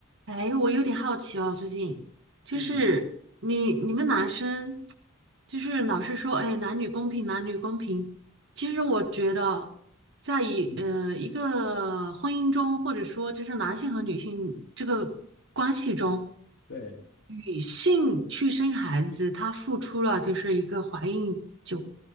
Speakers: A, on the right (about 60°); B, on the left (about 60°).
A: 哎，我有点好奇哦，最近就是你你们男生
B: 嗯
A: 就是老是说，哎，男女公平，男女公平。其实我觉得，在一呃一个婚姻中，
B: 嗯，
A: 或者说就是男性和女性这个关系中，
B: 对，
A: 女性去生孩子，她付出了就是一个怀孕九